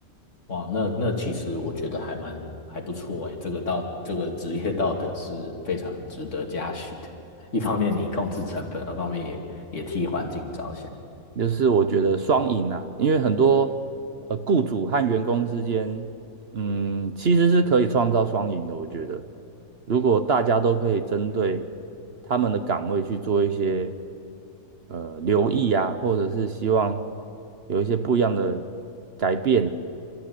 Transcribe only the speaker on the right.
就是我觉得双赢啊，因为很多呃雇主和员工之间，嗯，其实是可以创造双赢的。我觉得，如果大家都可以针对他们的岗位去做一些呃留意啊，或者是希望有一些不一样的改变，